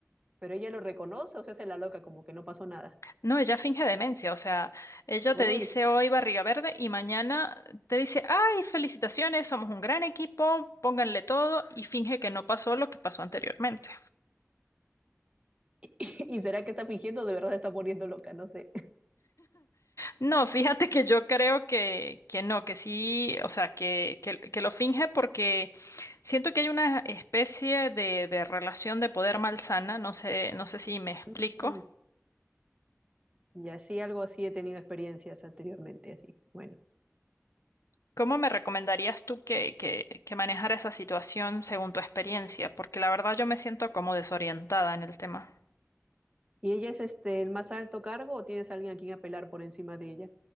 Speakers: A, on the right (about 25°); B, on the left (about 80°).
A: Pero ella lo reconoce o se hace la loca, como que no pasó nada.
B: No, ella finge demencia, o sea, ella
A: Uy.
B: te dice hoy barriga verde y mañana te dice, ay, felicitaciones, somos un gran equipo, pónganle todo y finge que no pasó lo que pasó anteriormente.
A: <laughs> ¿Y será que está fingiendo? o De verdad se está poniendo loca, no sé.
B: No, fíjate que yo creo que, que no, que sí, o sea, que, que, que lo finge porque siento que hay una especie de, de relación de poder malsana, no sé, no sé si me explico.
A: Mm, Y así, algo así he tenido experiencias anteriormente, así. Bueno.
B: ¿Cómo me recomendarías tú que, que, que manejara esa situación según tu experiencia? Porque la verdad yo me siento como desorientada en el tema.
A: ¿Y ella es este el más alto cargo o tienes a alguien a quien apelar por encima de ella?